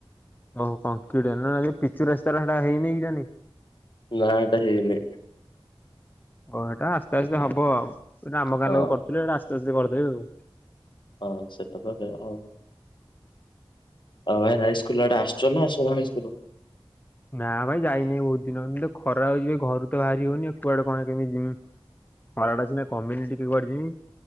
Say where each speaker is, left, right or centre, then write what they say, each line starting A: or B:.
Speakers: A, on the left; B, on the left.
A: ଓ କଂକ୍ରିଟି ନା, ପିଚୁ ରାସ୍ତା ରେ ସେଟା ହେଇନି କି ଜାନୀ।
B: ନା ଏଟା ହେଇନି।
A: ଓ ଏଟା ଆସ୍ତେ ଆସ୍ତେ ହବ ଆଉ, ଆମ ଗାଁ
B: ହଁ
A: ଲୋକ କରିୁଥିଲେ ଏଇଟା ଆସ୍ତେ ଆସ୍ତେ କରିଦେବେ ଆଉ
B: ହଁ ସେଇଟା ତ ସେଇୟା। ହଉ ଭାଇ ହାଇସ୍କୁଲଆଡେ ଆସଛ ନା ଆସୁନ ହାଇସ୍କୁଲ୍।
A: ନା ଭାଇ ଯାଇନହିଁ ବହୁତ ଦିନ ଏମିତି ଖରା ହଉଛି ଭାଇ ଘରୁ ତ ବାରି ହଉନି କୁଆଡେ କଣ କେମିତିି ଯିମି। ଖରା ଟା ସିନା କମିଲେ କୁଆଡେ ଯିମି।